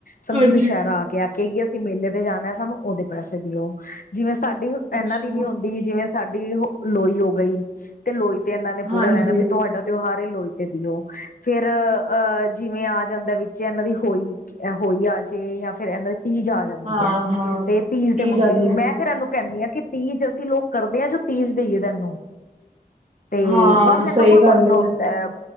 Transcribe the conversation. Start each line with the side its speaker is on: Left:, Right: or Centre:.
Left: ਸਮਝੋ
Right: ਹਾਂਜੀ
Left: ਦੁਸਹਿਰਾ ਆ ਗਿਆ ਕੀ ਅਸੀਂ ਮੇਲੇ ਤੇ ਜਾਣਾ ਸਾਨੂੰ ਉਹਦੇ ਪੈਸੇ ਦਿਓ ਜਿਵੇਂ ਸਾ ਇਹਨਾ
Right: ਅੱਛਾ
Left: ਦੀ ਨੀ ਹੁੰਦੀ ਜਿਵੇਂ ਸਾ ਤੇ ਓਹੋ ਲੋਈ ਹੋ ਗਈ ਤੇ ਲੋਈ ਤੇ ਇਹਨਾਂ ਨੇ
Right: ਹਾਂਜੀ
Left: ਪੂਰਾ ਲੈਣਾ ਵੀ ਤੁਹਾਡਾ ਤਿਉਹਾਰ ਲੋਈ ਤੇ ਦੀਓ ਫਿਰ ਅਹ ਜਿਵੇਂ ਆ ਜਾਂਦਾ ਏ ਵਿੱਚ ਇਹਨਾਂ ਦੀ ਹੋਈ ਹੋਈ ਆ ਜਾੇ ਜਾਂ ਫਿਰ ਇਹਨਾਂ ਦੇ ਤੀਜ ਆ ਜਾਂਦੀ
Right: ਹਾਂ
Left: ਹੈ
Right: ਹਾਂ
Left: ਤੇ ਤੀਜ ਦੇ ਮੰਗੇਗੀ
Right: ਆ ਜਾਂਦੀ
Left: ਮੈਂ ਫਿਰ ਇਹਨੂੰ ਕਹਿੰਨੀ ਹਾਂ ਕਿ ਤੀਜ ਅਸੀਂ ਲੋਕ ਕਰਦੇ ਹਾਂ ਜੋ ਤੀਜ਼ ਦੇਈਏ ਤੈਨੂੰ ਤੇ
Right: ਹਾਂ
Left: ਬਸ ਇਹਨਾਂ
Right: ਸਹੀ
Left: ਕੋਲ
Right: ਗੱਲ
Left: ਬਣਨਾ
Right: ਹੈ
Left: ਆਉਂਦਾ ਏ